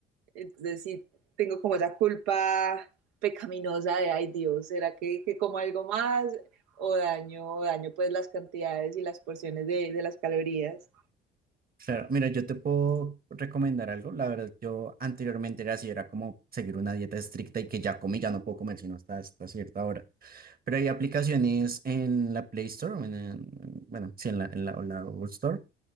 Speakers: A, on the right (about 60°); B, on the right (about 30°).
A: Entonces sí, tengo como esa culpa pecaminosa de, ay Dios, ¿será que, que como algo más? O daño, o daño pues las cantidades y las porciones de, de las calorías.
B: Claro, mira, yo te puedo recomendar algo. La verdad, yo anteriormente era así, era como seguir una dieta estricta y que ya comí, ya no puedo comer sino hasta, hasta cierta hora. Pero hay aplicaciones en la Play Store, o en, en- bueno, sí, en la, en la, o la Google Store,